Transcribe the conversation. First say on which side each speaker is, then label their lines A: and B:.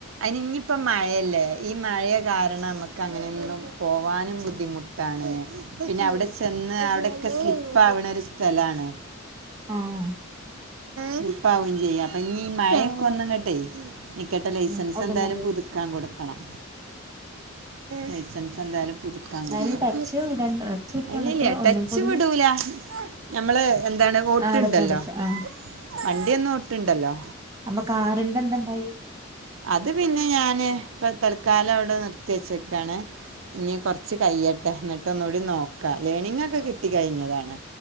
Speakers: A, on the right; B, on the right.
A: അയ്നിനിയിപ്പ മഴയല്ലേ ഈ മഴയൊ കാരണം നമുക്ക് അങ്ങനെയൊന്നും പോവാനും ബുദ്ധിമുട്ടാണ് പിന്നെ അവിടെ ചെന്ന് അവിടെക്കെ സ്ലിപ്പാവണ ഒരു സ്ഥലാണ്
B: ആഹ്
A: സ്ലിപ്പാവയും ചെയ്യാം അപ്പൊ ഇനി മഴയൊക്കെ ഒന്നുങ്ങട്ടെ നിക്കട്ടല്ലേ ലൈസൻസ്
B: ഉം ഒതുങ്ങത്
A: എന്തായാലും പുതു ക്കാൻ കൊടുക്കണം ലൈസൻസ് എന്തായാലും പുതുക്കാൻ
B: എന്നാലും
A: കൊടുക്കണം
B: ടച്ച് വിടണ്ട ടച്ച് വിട്ട
A: ഇല്ലില്ല്യ
B: നമുക്ക് ഒന്നും
A: ടച്ച്
B: കൂടി
A: വിടൂല ഞമ്മള് എന്താണ് ഓട്ട്ണ്ടല്ലോ
B: ആഹ് എടക്ക് എടക്ക് ആഹ്
A: വണ്ടിയൊന്നും ഓട്ട്ണ്ടല്ലോ
B: അമ്മ കാറിന്റെ എന്ത്‌ണ്ടായി
A: അത് പിന്നെ ഞാന് ഇപ്പ തൽക്കാലം അവിടെ നിർത്തി വെച്ചെക്കാണ് ഇനി കുറച്ച് കയ്യട്ടെ എന്നിട്ട് ഒന്നുകൂടി നോക്കാം ലേണിങ്ങൊക്കെ കിട്ടി കഴിഞ്ഞതാണ്